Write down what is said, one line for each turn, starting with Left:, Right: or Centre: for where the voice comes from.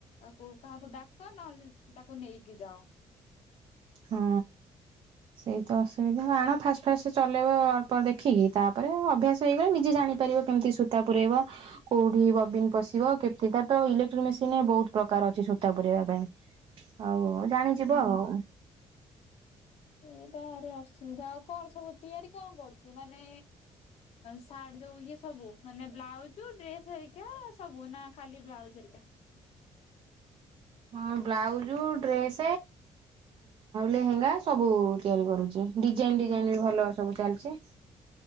Left: ଆଉ କୋଉ କାହାକୁ ଡାକ ନହେଲେ ତାକୁ ନେଇକି ଯାଅ।
Right: ହଁ। ସେଇ ତ ଅସୁବିଧା ଆଣ ଫାଷ୍ଟ ଫାଷ୍ଟ ଚଲେଇବ ଅଳ୍ପ ଦେଖିକି ତାପରେ ଅଭ୍ୟାସ ହେଇଗଲେ ନିଜେ ଜାଣ ପାରିବ କେମିତି ସୁତା ପୁରେଇବ କୋଉଠି ବବିନ ପଶିବ କେମିତି ତାର ତ ଇଲେକଟ୍ରିକ ମେସିନରେ ବହୁତ ପ୍ରକାର। ଅଛି ସୂତା ପୁରେଇବା ପାଇଁ ଆଉ
Left: ହଁ
Right: ଜାଣିଯିବ ଆଉ।
Left: ଏଇଟ ଆହୁରି ଅସୁବିଧା ଆଉ କଣ ସବୁ ତିଆରି କଣ କରୁଛୁ ମାନେ ସାଟ ଯୋଉ ଇଏ ସବୁ ମାନେ ବ୍ଲାଉଜ୍ ଡ୍ରେସ ହେରିକା ସବୁ ନା ଖାଲି ବ୍ଲାଉଜ୍ ହେରିକା। <inaudible>
Right: ହଁ ବ୍ଲାଉଜ ଡ୍ରେସ୍ ଲେହେଙ୍ଗା ସବୁ ତିଆରି କରୁଛି। ଡିଜାଇନ
Left: ହଁ
Right: ଡିଜାଇନ ବି ଭଲ ସବୁ ଚାଲିଛି।